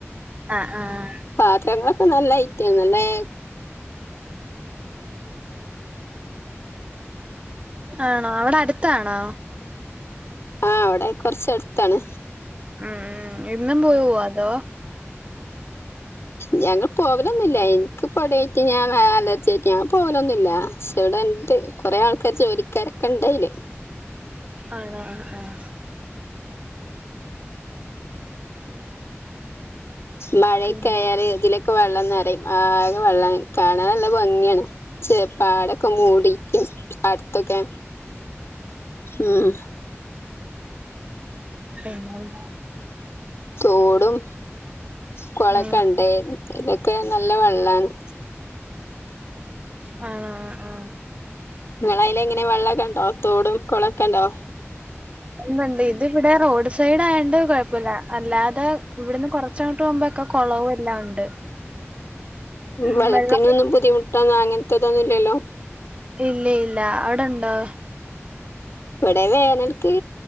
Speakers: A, on the right (about 25°); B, on the left (about 60°).
A: ആ ആ ആ
B: പാത്രങ്ങൾ ഒകെ നല്ല
A: ആണോ അവിടെ അടുത്താണോ
B: ആഹ് അവിടെ കുറച്ചാടുത്ത അടുത്താണ്
A: മം മം എന്ന് പോവോ അതോ
B: ഞങ്ങൾ പോകലൊന്നുമില്ല എനിക്ക് ഇവിടെ നിൽക്കാൻ ഞാൻ ആലോചിച്ചു നോക്കി ഞാൻ പോകലൊന്നുമില്ല പക്ഷെ ഇവിടെ എന്ത് കൊറെേ ആൾക്ക ഇവിടെ ജോലിക്കാരൊക്കെ ഉണ്ട് അതിന്
A: ആണോ ആ ആഹ
B: മഴയൊക്കെ
A: പിന്നെ
B: ആയാൽ ഇതിലെ ക വെള്ളം നിറയും ആകെ വെള്ളം കാണാൻ നല്ല ഭംഗിയാണ് ചെപ്പാടൊക്കെ മൂടിക്കും എന്ത്‌തൊക്കെ ഉം
A: പി <unintelligible>
B: തോടും കുളം
A: ഉം
B: ഒക്കെ ഉണ്ട് ഒക്കെ നല്ല വെള്ളാണ്
A: ആ ആഹ
B: നിങ്ങടെ അവിടെ എങ്ങനെ വെള്ളമൊക്കെ ഉണ്ടോ തോടും കൊളക്കണ്ടോ
A: ഉണ്ടുണ്ട് ഇത് ഇവിടെ റോഡ് സൈഡ് ആയണ്ട് കുഴപ്പമില്ല അല്ലാതെ ഇവിടുന്ന് കൊറച്ച് അച്ചോട്ട് പോുമ്പോൊക്കെ <unintelligible> കുറവ് - എല്ലാം ഉണ്ട് ഉം
B: വെള്ളത്തിനൊന്നും
A: വെള്ളം
B: ബുദ്ധിമുട്ടന്ന അങ്ങനത്തെതൊന്നുംല്ലല്ലോ
A: ഇല്ല ഇല്ല അവിടെണ്ടോ
B: ഇവിടെ വേനൽക്ക്